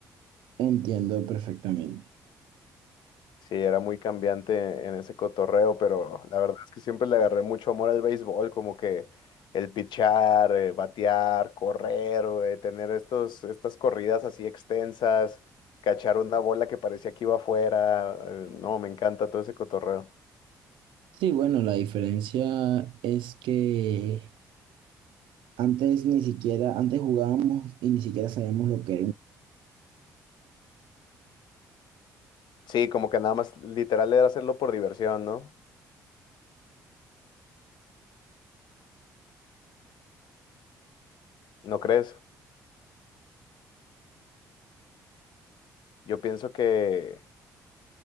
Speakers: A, on the right; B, on the left.
A: entiendo perfectamente.
B: Sí, era muy cambiante en ese cotorreo, pero la verdad es que siempre le agarré mucho amor al béisbol, como que el pichar, eh, batear, correr, güey, tener estos, estas corridas así extensas, cachar una bola que parecía que iba afuera. eh, no, me encanta todo ese cotorreo.
A: Sí, bueno, la diferencia es que antes ni siquiera, antes jugábamos y ni siquiera sabíamos lo que era
B: Sí, como que nada más literal era hacerlo por diversión, ¿no? ¿No crees? Yo pienso que